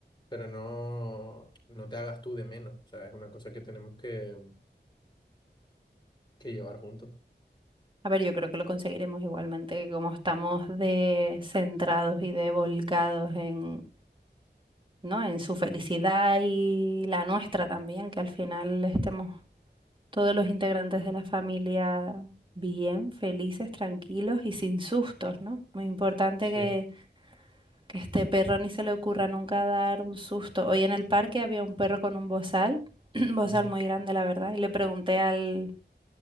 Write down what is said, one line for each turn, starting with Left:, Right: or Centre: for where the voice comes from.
Left: Pero no, no te hagas tú de menos, o sea, es una cosa que tenemos que, que llevar juntos.
Right: A ver, yo creo que lo conseguiremos igualmente, que como estamos de centrados y de volcados en, ¿no? en su felicidad y la nuestra también, que al final estemos Todos los integrantes de la familia bien, felices, tranquilos y sin sustos, ¿no? Muy importante
Left: Sí,
Right: que, que este perro ni se le ocurra nunca dar un susto. Hoy en el parque había un perro con un bozal, <clears throat> un bozal
Left: ujú.
Right: muy grande, la verdad, y le pregunté al,